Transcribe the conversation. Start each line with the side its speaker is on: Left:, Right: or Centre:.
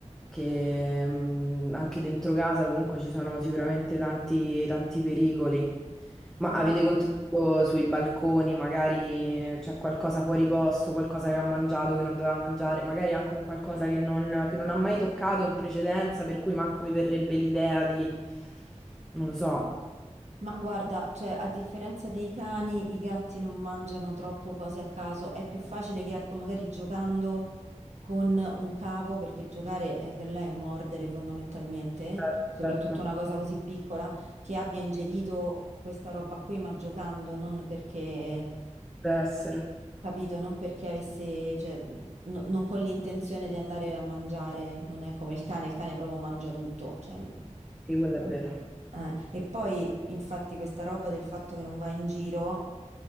Centre: che mh, anche dentro casa comunque ci sono sicuramente tanti, tanti pericoli. Ma
Right: ma
Centre: avete Sì. controllo sui balconi, magari c'è qualcosa fuori posto, qualcosa che ha mangiato che non doveva mangiare, magari anche un qualcosa che non, che non ha mai toccato in precedenza, per cui manco vi verrebbe l'idea di... Non lo so.
Right: Ma guarda, cioè, a differenza dei cani, i gatti non mangiano troppo cose a caso. È più facile che, ecco, magari giocando con un cavo, perché giocare eh, per lei è mordere fondamentalmente,
Centre: Certo,
Right: soprattutto
Centre: certo,
Right: una cosa così piccola, che abbia ingerito questa roba qui, ma giocando, non perché,
Centre: deve essere.
Right: capito, non perché avesse, cioè, no- non con l'intenzione di andare a mangiare. Non è come il cane, il cane proprio mangia tutto, cioè.
Centre: Sì, quello è vero.
Right: Eh, e poi, infatti, questa roba del fatto che non va in giro